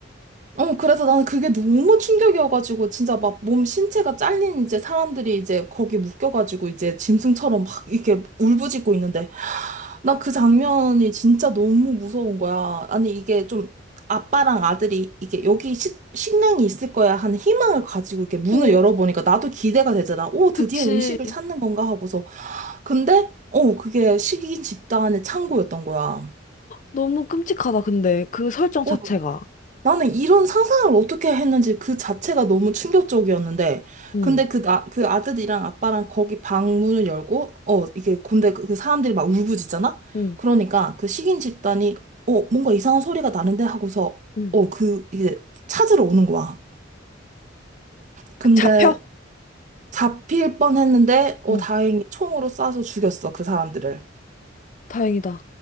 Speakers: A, on the right (about 40°); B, on the left (about 40°).
A: 어, 그래서 나는 그게 너무 충격이어가지고, 진짜 막 몸 신체가 잘린 이제 사람들이 이제 거기 묶여가지고, 이제 짐승처럼 막 이렇게 울부짖고 있는데, 나 그 장면이 진짜 너무 무서운 거야. 아니, 이게 좀 아빠랑 아들이 이게 여기 식, 식량이 있을 거야 하는 희망을 가지고 이렇게 문을
B: 어,
A: 열어보니까 나도 기대가 되잖아. 오, 드디어
B: 그치.
A: 음식을 찾는 건가 하고서. 근데, 어, 그게 식인 집단의 창고였던 거야.
B: 너무 끔찍하다, 근데. 그 설정
A: 어,
B: 자체가.
A: 나는 이런 상상을 어떻게 했는지 그 자체가 너무 충격적이었는데,
B: 응
A: 근데 그, 나, 그 아들이랑 아빠랑 거기 방 문을 열고, 어, 이게, 근데 그, 그 사람들이 막 울부짖잖아?
B: 응
A: 그러니까 그 식인 집단이, 어, 뭔가 이상한 소리가 나는데 하고서,
B: 응
A: 어, 그, 이게 찾으러 오는 거야. 근데
B: 잡혀?
A: 잡힐 뻔 했는데, 어,
B: 어,
A: 다행히 총으로 쏴서 죽였어, 그 사람들을.
B: 다행이다.